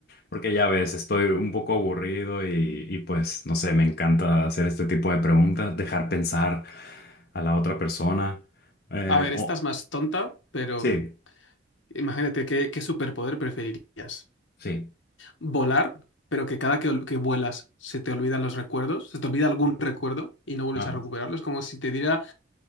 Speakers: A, on the left; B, on the left.
A: porque ya ves, estoy un poco aburrido y, y pues no sé, me encanta hacer este tipo de preguntas, dejar pensar a la otra persona. Eh,
B: A ver,
A: oh,
B: esta es más tonta, pero
A: sí,
B: mm, imagínate qué, qué superpoder preferirías.
A: sí.
B: Volar, pero que cada que, ol- que vuelas se te olvidan los recuerdos, se te olvida algún recuerdo y no vuelves
A: Ajá.
B: a recuperarlo. Es como si te diera